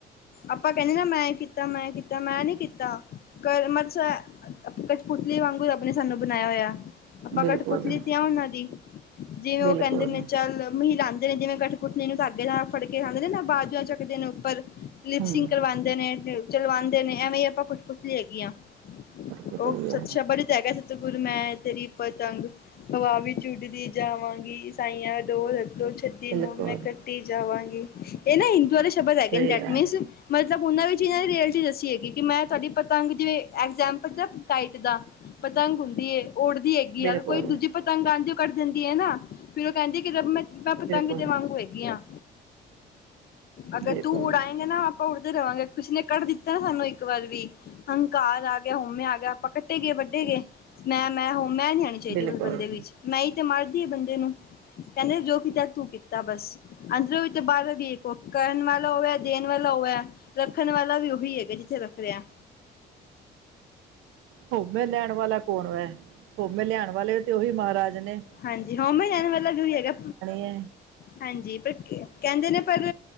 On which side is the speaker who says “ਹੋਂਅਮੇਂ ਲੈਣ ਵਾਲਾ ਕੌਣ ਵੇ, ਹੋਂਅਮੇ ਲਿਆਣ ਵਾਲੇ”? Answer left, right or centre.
Right